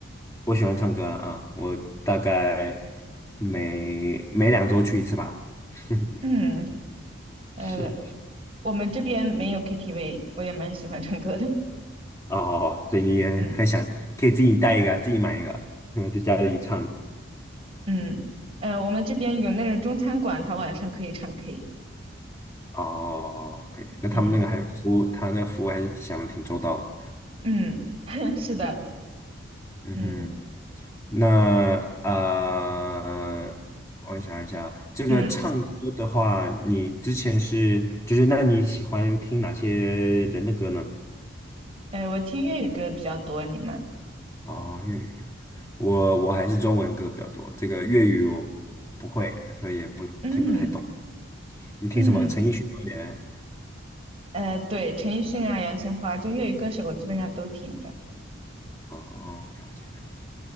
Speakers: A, on the left (about 15°); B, on the right (about 30°).
A: 我喜欢唱歌啊，啊我大概每每两周去一次吧。<laughs>
B: 嗯，呃，
A: 是，是
B: 我们这边没有 KTV，我也蛮喜欢唱歌的。
A: 哦，所以你也很想，
B: 嗯
A: 可以自己带一个，自己买一个，嗯，在家里唱。
B: 嗯呃，我们这边有那种中餐馆，他晚上可以唱 K。
A: 哦哦哦可以。那他们那个还服务，
B: 嗯
A: 他那个服务还是想的挺周到的。
B: 嗯，<laughs> 是的，
A: 嗯哼，
B: 嗯
A: 那呃，我想一想，这个唱歌的话，
B: 嗯，
A: 你之前是，就是那你喜欢听哪些人的歌呢？
B: 呃，我听粤语歌比较多，你呢？
A: 哦，粤语歌，我我还是中文歌比较多，这个粤语我不会，所以也不听不太懂。
B: 嗯
A: 你听什么？
B: 嗯，
A: 陈奕迅多一点。
B: 呃，对，陈奕迅啊，杨千嬅，就粤语歌手我基本上都听的。
A: 哦哦，了解了解。